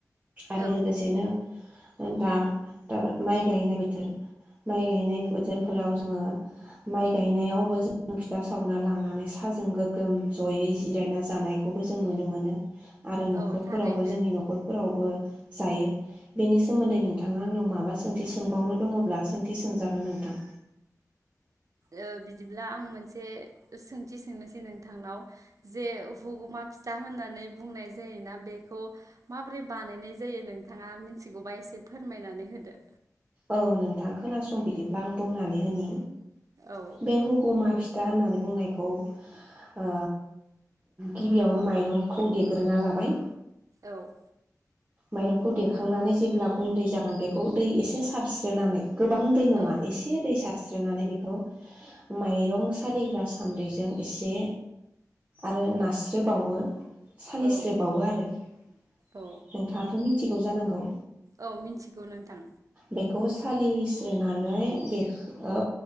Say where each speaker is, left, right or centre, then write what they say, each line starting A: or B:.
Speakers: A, on the right (about 20°); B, on the right (about 60°).
A: आरो
B: औ
A: लोगोसेनो। दा-दा माइ गायनाय बोथोर माइ गायनाय बोथोरफोराव जोङो माइ गायनायावबो जोङो फिथा सावना लांनानै। साजों गोगोम जयै जिरायना जानायखौबो जों नुनो मोनो। आरो नखरफोरावबो
B: औ थारैनो
A: जोंनि नखरफोरावबो। जायो बेनि सोमोन्दै नोंथाङा आंनियाव माबा सोंथि सोंबावनो दङब्ला सोंथि सोंजागोन नोंथां।
B: ओ बिदिब्ला आं मोनसे सोंथि सोंनोसै नोंथांनाव। जे हुगुमा फिथा होननानै बुंनाय जायोना बेखौ। माबोरै बानायनाय जायो नोंथाङा मिथिगौबा एसे फोरमायनानै होदो।
A: औ नोंथां खोनासं बिदिब्ला आं बुंनानै होनि।
B: औ
A: बे हुकुमा फि। दा होननानै बुंनायखौ ओ गिबियावनो माइरंखौ देग्रोना लाबाय।
B: औ।
A: माइरंखौ देखांनानै जेब्ला गुन्दै जागोन बेखौ दै एसे स। सारस्रोनानै। गोबां दै नङा
B: औ
A: एसे दै सारस्रि सस्रोनानै बेखौ माइरं सालिग्रा सान्द्रिजों एसे आरो नास्रोबावो सालिस्रोबावो
B: औ
A: आरो नोंथाङाथ
B: औ
A: मि थिगाव जानांगौ
B: औ मिथिगौ नोंथां।
A: बेखौ सालिस्रोनानै बेखौ